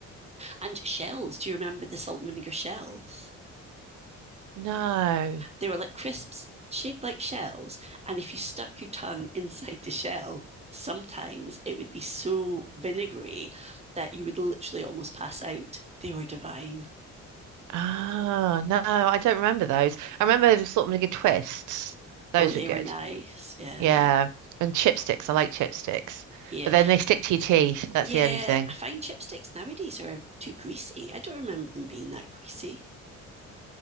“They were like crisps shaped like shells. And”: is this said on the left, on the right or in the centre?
Right